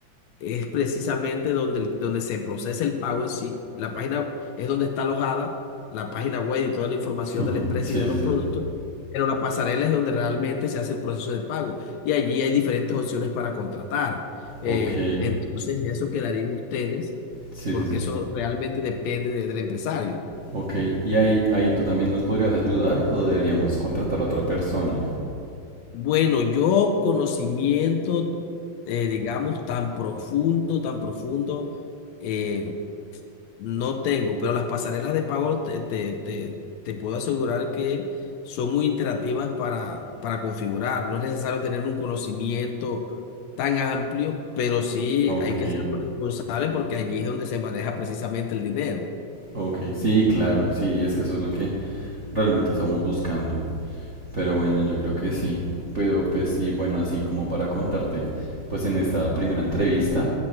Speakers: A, on the left; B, on the right.
A: es precisamente donde, el- donde se procesa el pago en sí. La página es donde está alojada la página web y toda la información
B: <laughs>
A: de la empresa
B: sí,
A: y de
B: sí,
A: los
B: sí.
A: productos, pero la pasarela es donde realmente se hace el proceso de pago y allí hay diferentes opciones para contratar. Eh,
B: Ok,
A: entonces, eso quedaría en ustedes,
B: sí,
A: porque
B: sí, sí.
A: eso realmente depende de- del empresario.
B: Ok, y ahí, ahí tú también nos podrías ayudar o deberíamos contratar a otra persona.
A: Bueno, yo conocimiento, eh, digamos, tan profundo, tan profundo. eh, No tengo, pero las pasarelas de pago te, te, te- te puedo asegurar que son muy interactivas para, para configurar. No es necesario tener un conocimiento tan amplio, pero sí
B: Ok,
A: hay que ser muy responsable porque allí es donde se maneja precisamente el dinero.
B: ok, sí, claro, sí, es que eso es lo que realmente estamos buscando. Pero bueno, yo creo que sí. Pero pues, y bueno, así como para contarte, pues en esta primera entrevista,